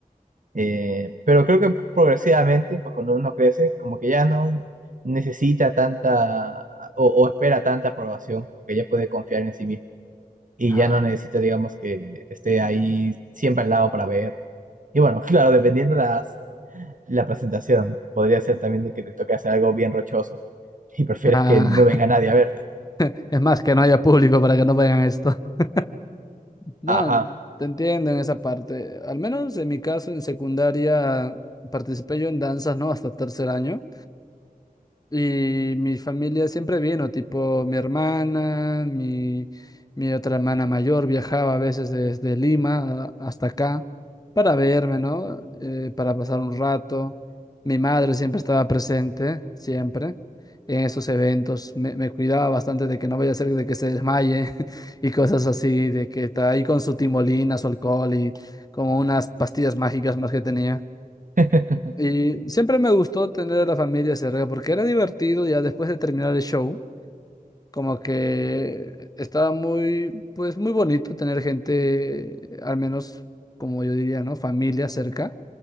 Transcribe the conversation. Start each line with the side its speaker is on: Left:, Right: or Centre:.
Right: Eh, pero creo que progresivamente, pues cuando uno crece, como que ya no necesita tanta o, o espera tanta aprobación, como que ya puede confiar en sí mismo y
Left: ah,
Right: ya no necesita, digamos, que esté ahí siempre al lado para ver. Y bueno, <laughs> claro, dependiendo las, la presentación, podría ser también de que te toque hacer algo bien rochoso y prefieres
Left: ah,
Right: que no venga nadie a verte.
Left: <laughs> Es más, que no haya público para que no vayan a esto. <laughs> No,
Right: Ajá.
Left: te entiendo en esa parte. Al menos en mi caso, en secundaria, participé yo en danzas, ¿no? Hasta tercer año. Y mi familia siempre vino, tipo mi hermana, mi, mi otra hermana mayor viajaba a veces desde Lima a- hasta acá para verme, ¿no? Eh, para pasar un rato. Mi madre siempre estaba presente, siempre, en esos eventos. Me, me cuidaba bastante de que no vaya a ser de que se desmaye <laughs> y cosas así, de que está ahí con su timolina, su alcohol y como unas pastillas mágicas más que tenía.
Right: <laughs>
Left: Y siempre me gustó tener a la familia cerca porque era divertido ya después de terminar el show. Como que estaba muy, pues muy bonito tener gente, al menos como yo diría, ¿no? Familia cerca,